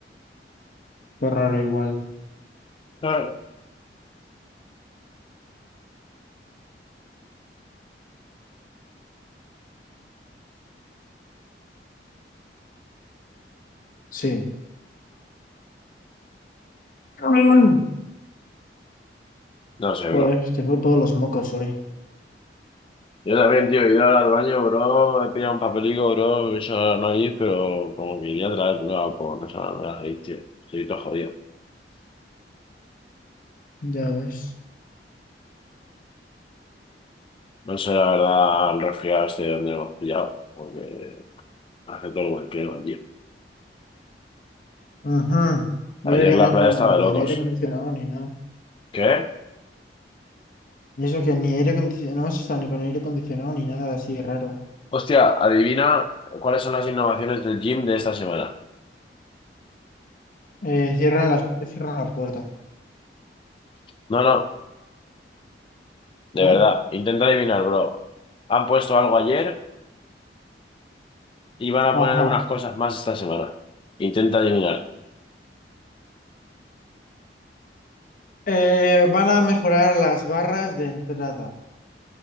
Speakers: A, on the left (about 50°); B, on the left (about 30°).
A: pues raro igual.
B: Ah,
A: Sí. Mm.
B: No sé,
A: Joder,
B: bro.
A: pues tengo todos los mocos hoy.
B: Yo también, tío, he ido ahora al baño, bro, he pillado un papelico, bro, me he hecho la nariz, pero como que quería traer, bro, como no sé, me va la nariz, tío. Estoy todo jodido.
A: Ya ves.
B: No sé, la verdad, el resfriado este de donde hemos pillado, porque hace todo lo que quiero, tío.
A: Ajá. Y
B: Ayer
A: eso que
B: la
A: no estamos
B: playa estaba de
A: ni
B: locos.
A: el aire acondicionado ni nada.
B: ¿Qué?
A: Y eso que ni aire acondicionado, no hemos estado ni con aire acondicionado ni nada así de raro.
B: Hostia, adivina cuáles son las innovaciones del gym de esta semana.
A: Eh, cierran las, cierran la puerta,
B: No, no, de
A: ¿no?
B: verdad, intenta adivinar, bro. Han puesto algo ayer y van a
A: Ajá.
B: poner unas cosas más esta semana. Intenta adivinar.
A: Eh, van a mejorar las barras de entrada.